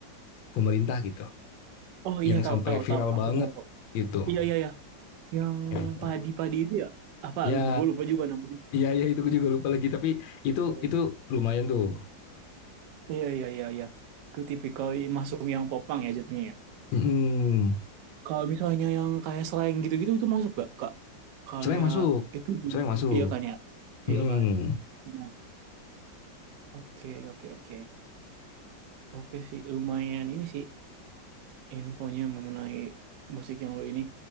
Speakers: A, on the left (about 85°); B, on the right (about 70°).
A: pemerintah gitu,
B: Oh
A: yang
B: iya tahu
A: sampai
B: tahu
A: viral
B: tahu. Aku
A: banget
B: tahu.
A: gitu.
B: Iya iya iya. Yang
A: Gitu.
B: padi-padi itu ya? Apa?
A: Ya,
B: Gue lupa juga namanya.
A: ya, ya itu gue juga lupa lagi tapi itu
B: Iya.
A: itu lumayan tuh.
B: Iya, iya, iya, iya. Itu tipikal masuk yang popang ya jatuhnya ya.
A: Mm-mm.
B: Kalau misalnya yang kayak slang gitu-gitu itu masuk gak, Kak? Kayak
A: Selain masuk,
B: itu juga,
A: selain masuk.
B: iya kan ya? Iya
A: Mm-mm.
B: kan? Nah, oke, oke, oke. Oke sih, lumayan ini sih infonya mengenai musik yang lu ini.